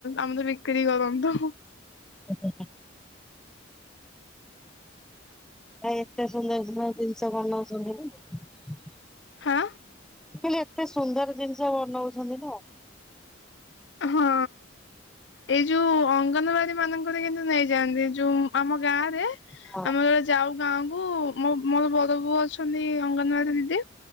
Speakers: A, on the left (about 60°); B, in the centre.
A: ଆମେ ତ ବିକ୍ରି କରନ୍ତୁ।
B: ହୁଁ ହୁଁ ହଁ। ଏତେ ସୁନ୍ଦର ସୁନ୍ଦର ଜିନିସ ବନଉଛନ୍ତି ନା।
A: ହଁ।
B: କହିଲି ଏତେ ସୁନ୍ଦର ଜିନିଷ ବନଉଛନ୍ତି ତ।
A: ହଁ ଏଇ ଯୋଉ ଅଙ୍ଗନାବାଡି ମାନଙ୍କରେ କିନ୍ତୁ ନେଇଯାଆନ୍ତି ଯୁ ଆମ ଗାଁ ରେ
B: ହଁ
A: ଆମେ ଯାଉ ଗାଁ କୁ ମୋ ମୋର ବଡ ବୋଉ ଅଛନ୍ତି ଅଙ୍ଗନବାଡ଼ି ଦିଦି